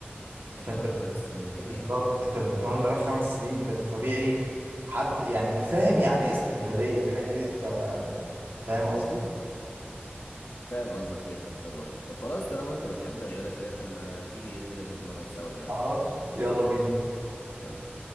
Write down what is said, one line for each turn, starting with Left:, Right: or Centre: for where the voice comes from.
Right: فانت
Left: بتمرن خمس سنين دي
Right: بالظبط
Left: حقيقة اه
Right: انت بتتمرن بقالك خمس سنين فانت طبيعي حتى يعني فاهم يعني ايه استمرارية فاهم يعني ايه انت فاهم قصدي
Left: فاهم قصدك جدا طبعا طب خلاص طالما انت بتحب الرياضة كده طب ما تيجي ننزل نتمرن سوا دلوقتي
Right: خلاص يلا بينا
Left: يلا